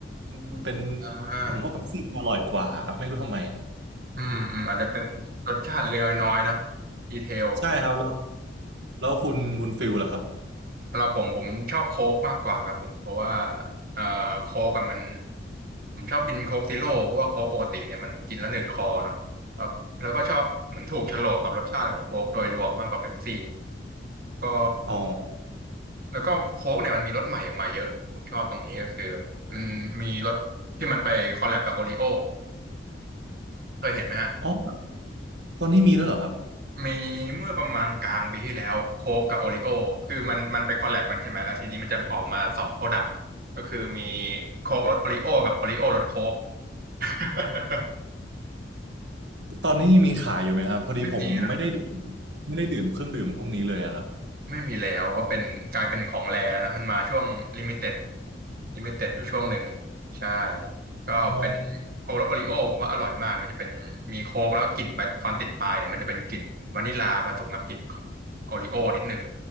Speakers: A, on the right (about 75°); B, on the right (about 50°).
A: มันเป็น
B: อ่า
A: ผมว่าเป๊ปซี่มันอร่อยกว่าไม่รู้ทำไม
B: อืมอืมอาจจะเป็นรสชาติเล็กๆน้อยๆเนาะดีเทล
A: ใช่ครับแล้วแล้วคุณคุณฟิลล่ะครับ
B: สำหรับผมผมชอบโค้กมากกว่าครับผมเพราะว่าเอ่อโค้กอะมันผมชอบกินโค้กซีโร่เพราะว่าโค้กปกติเนี่ยมันกินแล้วหนืดคอเนาะครับแล้วก็ชอบเหมือนถูกโฉลกกับรสชาติของโค้กโดยรวมมากกว่าเป๊ปซี่ก็
A: อ๋อ
B: แล้วก็โค้กเนี่ยมันมีรสใหม่ออกมาเยอะผมชอบตรงนี้ก็คือมันมีรสที่มันไปคอลแลบกับโอริโอเคยเห็นไหมฮะ
A: อ๋อตอนนี้มีแล้วเหรอครับ
B: มีเมื่อประมาณกลางปีที่แล้วโค้กกับโอริโอคือมันมันไปคอลแลบกันใช่ไหมแล้วทีนี้มันจะออกมาสองโปรดักต์ก็คือมีโค้กรสโอริโอกับโอริโอรสโค้ก <laughs>
A: ตอนนี้มีขายอยู่ไหมครับพอดีผมไม่ได้ดื่ม
B: ไม่มีแล้ว
A: ไม่ได้ดื่มเครื่องดื่มพวกนี้เลยอะครับ
B: ไม่มีแล้วว่าเป็นกลายเป็นของแรแล้วนะมันมาช่วงลิมิเต็ดลิมิเต็ดอยู่ช่วงหนึ่งใช่ก็เป็นโค้กรสโอริโอผมว่าอร่อยมากมันจะเป็นมีโค้กแล้วกลิ่นไปตอนติดปลายเนี่ยมันจะเป็นกลิ่นวานิลาผสมกับกลิ่นของโอริโอนิดนึง
A: อ๋อ